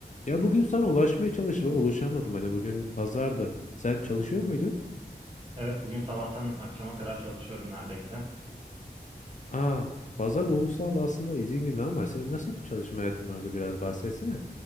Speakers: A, on the left; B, on the right.
A: Ya bugün sana ulaşmaya çalıştım ama ulaşamadım. Hani bugün pazardı. Sen çalışıyor muydun?
B: Evet, bugün sabahtan akşama kadar çalışıyorum neredeyse.
A: Aa, pazar ulusal aslında izin günü ama senin nasıl bir çalışma hayatın vardı biraz bahsetsene.